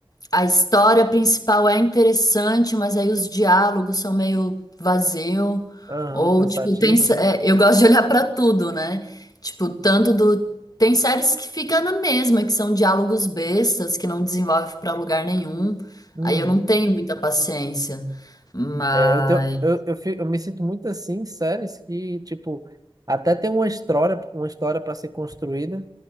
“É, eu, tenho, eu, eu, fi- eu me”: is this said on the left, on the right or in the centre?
Right